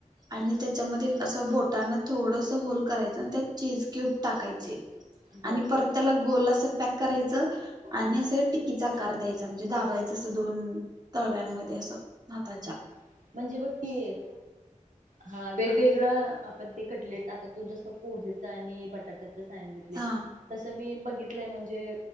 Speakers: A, on the right; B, on the right.
A: आणि त्याच्यामध्ये असं बोट बोटान थोडंसं होल करायचा, आणि त्यात चीज कि्युब टाकायची
B: बर
A: आणि, त्याला गोल अस, पॅक करायचं आणि
B: हम्म.
A: अस टिकीचा आकार द्यायचा म्हणजे, दाबायच असं दोन तळव्यांमध्ये असं, त्याच्या,
B: हा. म्हणजे बघकि, हा, वेगवेगळं आपण ते कटलेट आता, तू जस कोबिच आणि बटाटा सांगितली,
A: हा
B: तसं मी बघितलंय म्हणजे,